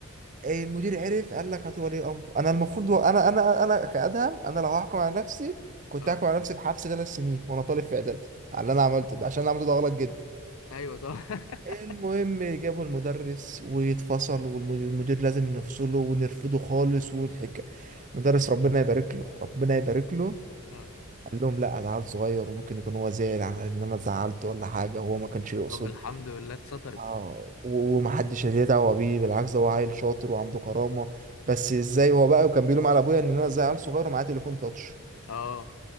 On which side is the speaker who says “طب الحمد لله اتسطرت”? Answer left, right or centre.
Left